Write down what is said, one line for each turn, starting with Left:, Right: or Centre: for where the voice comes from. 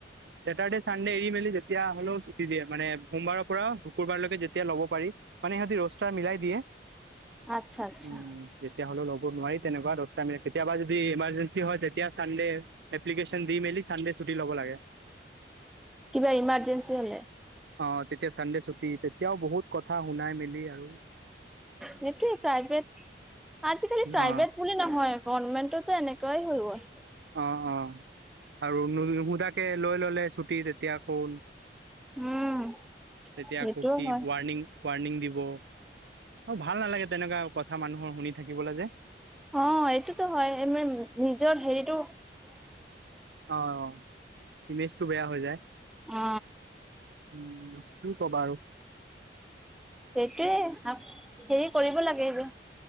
Right: চেটাৰ্ডে চানডে্ এৰি মেলি যেতিয়া হ'লেও ছুটি দিয়ে মানে সোমবাৰৰ পৰা শুকুৰবাৰলৈকে যেতিয়া ল'ব পাৰি মানে সিহঁতে ৰোষ্টাৰ মিলাই দিয়ে।
Centre: আচ্ছা, আচ্ছা।
Right: উম যেতিয়া হ'লেও ল'ব নোৱাৰি তেনেকুৱা ৰস্তাৰ মিলে, কেতিয়াবা যদি ইমাৰ্জেঞ্চি হয়, তেতিয়া চানডে্ এপ্লিকেশ্যন দি মেলি চানডে্ ছুটি ল'ব লাগে।
Centre: কিবা ইৰ্মাজেনন্সী হ'লে।
Right: অ', তেতিয়া চানডে্ ছুটি, তেতিয়াও বহুত কথা শুনাই মেলি আৰু।
Centre: সেইটোৱে প্ৰাইভেট, আজিকালি প্ৰাইভেট
Right: অ
Centre: বুলি নহয় গভমেণ্টৰতো এনেকুৱাই হৈ গ'ল।
Right: অ', অ', আৰু নো-নোসোধাকৈ লৈ ল'লে ছুটি তেতিয়া আকৌ
Centre: উম
Right: তেতিয়া
Centre: সেইটোও
Right: খুব কি
Centre: হয়
Right: ৱাৰণিং ৱাৰণিং দিব আৰু ভাল নালাগে তেনেকুৱা কথা মানুহৰ শুনি থাকিবলৈ যে।
Centre: অ', এইটোতো হয় ই মিং নিজৰ হেৰিতটো
Right: অ', ইমেজটো বেয়া হৈ যায়।
Centre: অ
Right: উম, কি ক'বা আৰু।
Centre: সেইটোয়ে হেৰি কৰিব লাগে আৰু।